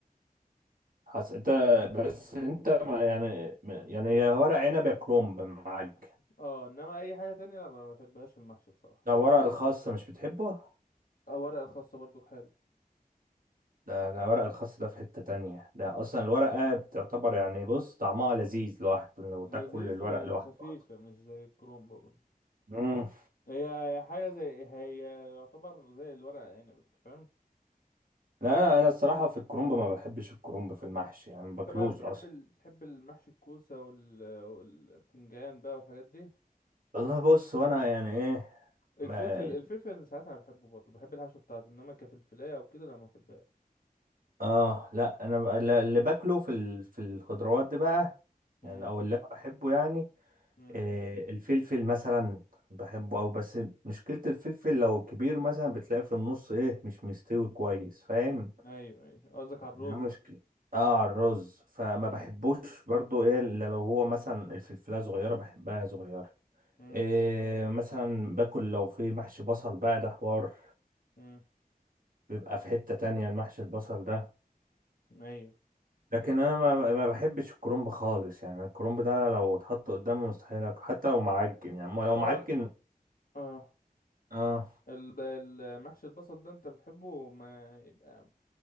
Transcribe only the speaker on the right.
حس... انت بس انت ما- يعني يعني هي ورق عنب يا كرومب معاك
ده ورق الخاص مش بتحبه
ده ده ورق الخاص ده في حتة تانية ده اصلا الورقة بتعتبر يعني بص طعمها لذيذ لوحده لو
تاكل الورق
لوحده اصلا
امم
لا انا أنا الصراحة في الكرومب ما بحبش الكرومب في المحشي يعني ما
باكلوش
اصلا
والله بص وانا يعني ايه
ما
اه لا انا بقى- لا، اللي باكله في ال... في الخضروات دي بقى
يعني او اللي انا بحبه يعني
إيه الفلفل مثلا بحبه او بس مشكلة الفلفل لو كبير مثلا بتلاقيه في النص ايه مش مستوي كويس فاهم
ده
مشكلة اه على الرز فما
بحبوش برضو ايه الا لو هو مثلا الفلفلة صغيرة بحبها صغيرة
إيه مثلا باكل لو في محشي بصل بقى ده حوار
بيبقى في حتة تانية المحشي البصل ده
لكن انا ما ما بحبش الكرنب خالص يعني الكرنب ده لو اتحط قدامي مستحيل اكل حتى لو معجن يعني ما لو
معجن
اه